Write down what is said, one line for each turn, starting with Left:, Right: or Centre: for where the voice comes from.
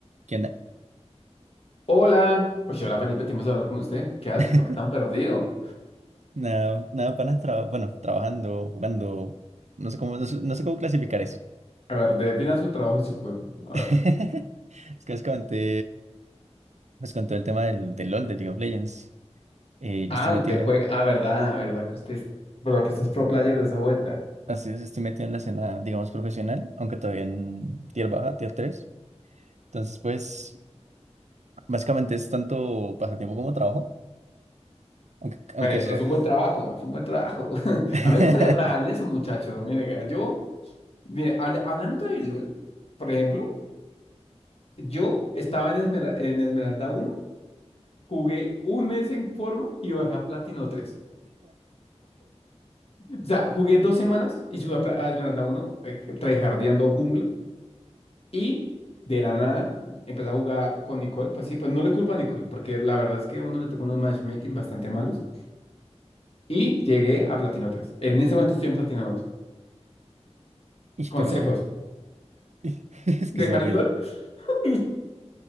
Right: ¿Qué onda?
Left: Hola. Pues hola Felipe, tiempo de hablar con usted. ¿Qué hace?
Right: <laughs>
Left: ¿Por qué tan perdido?
Right: Nada, nada, panas, traba- bueno, trabajando, jugando, no sé cómo, no sé, no sé cómo clasificar eso.
Left: A ver, defina su trabajo y su juego. A
Right: <laughs>
Left: ver.
Right: Es que les comenté, les conté el tema del, del LOL, de League of Legends. Eh,
Left: Ah,
Right: yo estoy metido
Left: usted juega.
Right: en,
Left: Ah, verdad, verdad que usted es... Pero que usted es pro player de esa vuelta.
Right: así es, estoy metido en la escena, digamos, profesional, aunque todavía en tier baja, tier tres Entonces, pues, básicamente es tanto pasatiempo como trabajo, aunque, aunque
Left: Pues,
Right: es
Left: es
Right: raro.
Left: un buen trabajo, es un buen trabajo. <laughs>
Right: <laughs>
Left: A mí me gustaría trabajar en eso, muchachos. Mire, yo, mire, habl- hablando de LOL, por ejemplo, yo estaba en, Esmera- en Esmeralda uno, jugué un mes en forma y bajé a Platino 3. O sea, jugué dos semanas y subí a, Pla- a Esmeralda uno, eh, tryhardeando jungla. Y de la nada empecé a jugar con Nicole. Pues sí, pues no le culpo a Nicole, porque la verdad es que a uno le tocó unos matchmaking bastante malos. Y llegué a Platino tres En ese momento estoy en Platino dos
Right: Ish,
Left: Consejos:
Right: Pero, <laughs>
Left: <laughs>
Right: es
Left: dejar
Right: que es horrible.
Left: el LOL. <laughs>